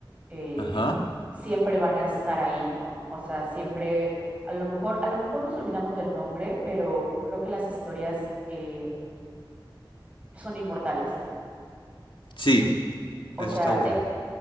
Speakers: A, on the right; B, on the left.
A: eh,
B: Ajá.
A: siempre van a estar ahí, ¿no? O sea, siempre, a lo mejor, a lo mejor nos olvidamos del nombre, pero creo que las historias eh, son inmortales.
B: Sí,
A: O
B: eso
A: sea,
B: está bueno.
A: eh,